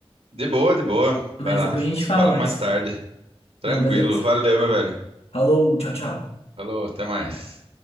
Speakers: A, on the right; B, on the left.
A: De boa, de boa. Vai
B: Mas
A: lá,
B: depois a gente
A: te
B: fala
A: falo
B: mais.
A: mais tarde. Tranquilo,
B: Não, beleza.
A: valeu, meu velho.
B: Falou, tchau, tchau.
A: Falou, até mais.